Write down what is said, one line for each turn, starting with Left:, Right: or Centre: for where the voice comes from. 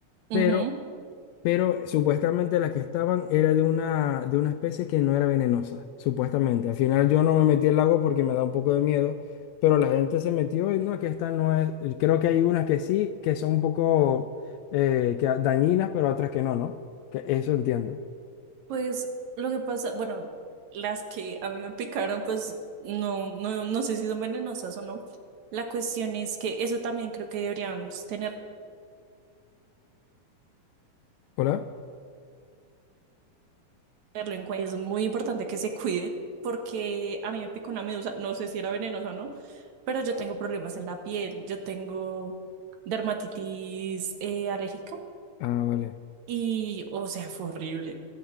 Right: Ujú.
Left: Pero, pero supuestamente las que estaban era de una, de una especie que no era venenosa, supuestamente. Al final yo no me metí al agua porque me da un poco de miedo, pero la gente se metió y no, que esta no es. Creo que hay unas que sí, que son un poco eh, que, dañinas, pero otras que no, ¿no? Que eso entiendo.
Right: Pues lo que pasa, bueno, las que a mí me picaron, pues no, no, no sé si son venenosas o no. La cuestión es que eso también creo que deberíamos tenerlo
Left: ¿Hola?
Right: en cuenta. Es muy importante que se cuiden porque a mí me picó una medusa, no sé si era venenosa o no, pero yo tengo problemas en la piel, yo tengo dermatitis eh, alérgica
Left: Ah, vale.
Right: y, o sea, fue horrible.